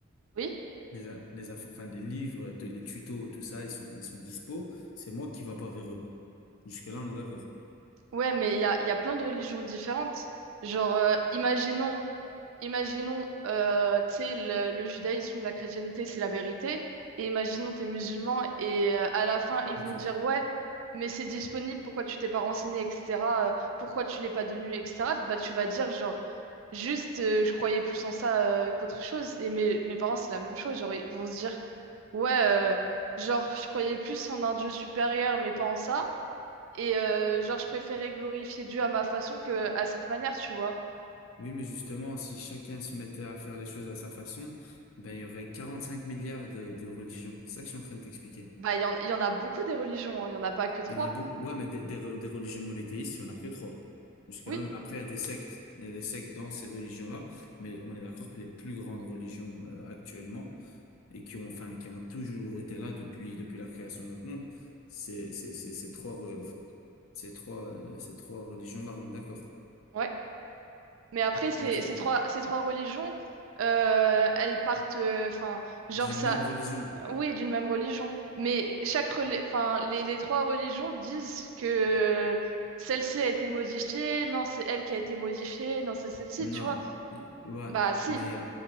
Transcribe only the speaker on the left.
Les in- les infos- enfin les livres, t- les tutos, tout ça, ils sont ils sont dispo. C'est moi qui va pas vers eux. Jusque-là, on est d'accord.
Ok.
Oui, mais justement, si chacun se mettait à faire les choses à sa façon, ben, il y aurait 45 milliards de, de religions. C'est ça que je suis en train de t'expliquer.
Il y en a beaucoup. Ouais, mais des, des, re- des religions monothéistes, il n'y en a que trois. Jusqu'à
après, il y a des sectes. Il y a des sectes dans ces religions-là. Mais on est d'accord que les plus grandes religions, euh, actuellement, et qui ont, enfin, qui ont toujours été là depuis, depuis la création de notre monde, c'est, c'est, c'est, ces trois, re- enfin, ces trois, euh, ces trois religions-là, on est d'accord.
OK.
D'une
même religion.
Non,
Et- ouais,
mais euh,